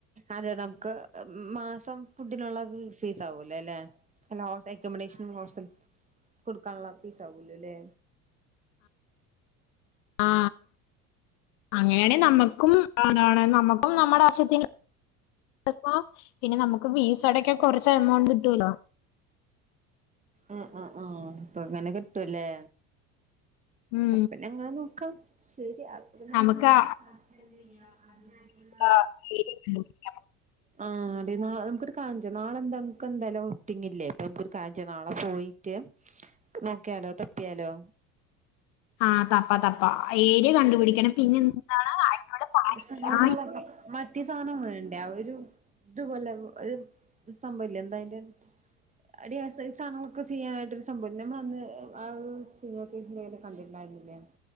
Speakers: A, on the right; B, on the left.
A: അതെ നമുക്ക് മാസം ഫുഡ്ഡിനുള്ള ഫീസ് ആകുവല്ലോ അല്ലെ? അല്ല അക്കോമഡേഷനും ഹോസ്റ്റൽ കൊടുക്കാനുള്ള ഫീസ് ആകുവല്ലോ അല്ലേ?
B: ആ അങ്ങനെയാണെ നമ്മക്കും ആണാണ്, നമ്മക്കും നമ്മടെ ആവശ്യത്തിന് ഇപ്പോ പിന്നെ നമുക്ക് ഫീസടയ്ക്കാൻ കൊറച്ച് എമൗണ്ട് കിട്ടൂലോ
A: ആഹ് ആഹ് ആഹ് ഇപ്പങ്ങനെ കിട്ടുവല്ലേ?
B: ഉം
A: അപ്പിന്നങ്ങനെ നോക്കാം. ശരി <unintelligible>
B: നമുക്ക് ആഹ് <unintelligible>
A: ആഹ് എടി നമുക്കൊരു കാര്യം ചെയ്യാം നാളെന്താ നമുക്കെന്തായാലും ഔട്ടിങ്ങില്ലേ? അപ്പൊ നമുക്കൊരു കാര്യം ചെയ്യാം നാളെ പോയിട്ട് നോക്കിയാലോ തപ്പിയാലോ?
B: ആഹ് തപ്പ തപ്പ ഏരിയ കണ്ടുപിടിക്കണം പിന്നെ എന്താണ് അടിപൊളി
A: സാധനങ്ങളൊക്കെ
B: സാരി ആഹ്
A: മറ്റേ സാധനം വേണ്ടേ ഒരു ഇതുപോലെ ഒരു സംഭവില്ലേ എന്താ അയിന്റെ എടീ ആ സൈസാണോ ക്ക് ചെയ്യാനായിട്ടൊരു സംഭവില്ല. നമ്മളന്ന് ആ ഒരു സീനിയർ ചേച്ചീന്റയ്യില് കണ്ടിട്ട്ണ്ടായിര്ന്നില്ലേ?